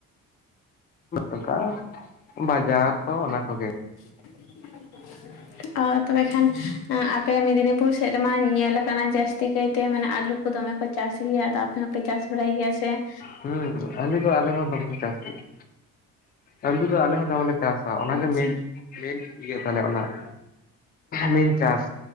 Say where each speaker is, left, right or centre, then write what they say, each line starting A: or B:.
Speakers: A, on the left; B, on the left.
A: ᱚᱱᱠᱟ ᱵᱟᱡᱟᱨ ᱠᱚ ᱚᱱᱟ ᱠᱚᱜᱮ ᱾
B: <inaudible> ᱚ ᱛᱚᱵᱮ ᱠᱷᱟᱱ ᱟᱯᱮ ᱢᱮᱫᱽᱱᱤᱯᱩᱨ ᱥᱮᱫ ᱨᱮᱢᱟ ᱧᱮᱞᱟ ᱾ ᱠᱟᱱᱟ ᱡᱟᱹᱥᱛᱤ ᱠᱟᱭᱛᱮ ᱢᱟᱱᱮ ᱟᱞᱩ ᱠᱚ ᱫᱚᱢᱮ ᱠᱚ ᱪᱟᱥ ᱜᱮᱭᱟ ᱟᱫᱚ ᱟᱯᱮ ᱦᱚᱸᱯᱮ ᱪᱟᱥ ᱵᱟᱲᱟᱭ ᱜᱮᱭᱟ ᱥᱮ ᱾
A: ᱦᱩᱸ ᱟᱞᱩ ᱫᱚ ᱟᱞᱮ ᱦᱚᱸ ᱫᱚᱢᱟᱱᱮ ᱪᱟᱥ ᱜᱮ ᱾ ᱟᱹᱞᱩ ᱫᱚ ᱟᱞᱮ ᱦᱚᱸ ᱫᱚᱢᱞᱮ ᱪᱟᱥᱟ ᱚᱱᱟᱜᱮ
B: ᱟᱪᱪᱷᱟ
A: ᱢᱮᱱ ᱢᱮᱱ ᱤᱭᱟᱹᱛᱟᱞᱮ ᱚᱱᱟ ᱾ ᱢᱤᱱ ᱪᱟᱥ